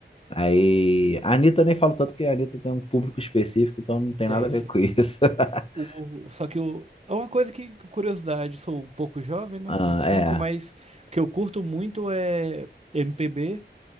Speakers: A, on the left (about 30°); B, on the right (about 35°).
A: Aí. A Anitta eu nem falo tanto que a Anitta tem um público específico, então não tem
B: Tem,
A: nada a
B: sim.
A: ver com isso. <laughs>
B: O, só que o, é uma coisa que, curiosidade, sou um pouco jovem, né?
A: Ah,
B: Vinte e cinco.
A: é.
B: mas o que eu curto muito é MPB